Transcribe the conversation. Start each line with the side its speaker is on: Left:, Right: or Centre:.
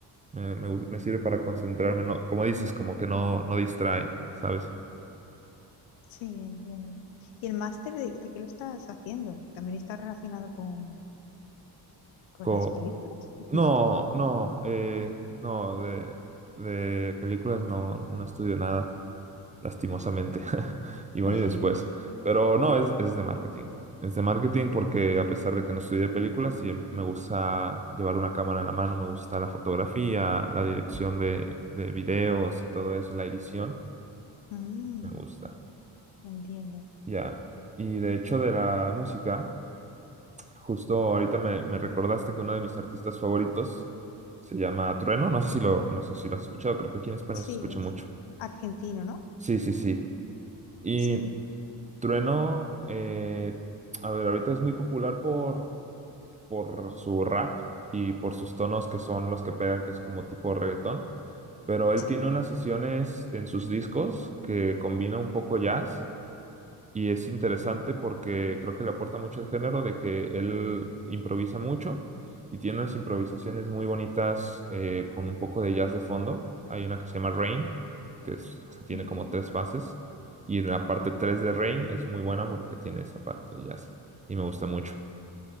Right: Me, me gu- me sirve para concentrarme, no, como dices, como que no, no distrae, ¿sabes?
Left: sí, entiendo. ¿Y el máster de, de qué lo estás haciendo? ¿También está relacionado con, con
Right: Co-
Left: las películas? <laughs>
Right: No, no, eh, no, de, de películas no, no estudio nada, lastimosamente. <laughs> Igual
Left: <laughs>
Right: y después. Pero no, es, es de marketing. Es de marketing porque a pesar de que no estudié películas, sí me gusta llevar una cámara en la mano, me gusta la fotografía, la dirección de, de videos y todo eso, la edición,
Left: Mm,
Right: me gusta.
Left: entiendo.
Right: Ya. Y de hecho de la música. Justo ahorita me, me recordaste que uno de mis artistas favoritos se llama Trueno. No sé si lo, no sé si lo has escuchado, creo que aquí en España
Left: Sí,
Right: se escucha
Left: es
Right: mucho.
Left: argentino, ¿no?
Right: Sí, sí, sí. Y
Left: Sí,
Right: Trueno, eh, a ver, ahorita es muy popular por, por su rap y por sus tonos que son los que pegan, que es como tipo reggaetón. Pero él
Left: sí.
Right: tiene unas sesiones en sus discos que combina un poco jazz Y es interesante porque creo que le aporta mucho al género de que él improvisa mucho y tiene unas improvisaciones muy bonitas eh, con un poco de jazz de fondo. Hay una que se llama Rain, que es, o sea, tiene
Left: Mm,
Right: como tres fases. Y la parte 3 de Rain es muy buena porque tiene esa parte de jazz y me gusta mucho.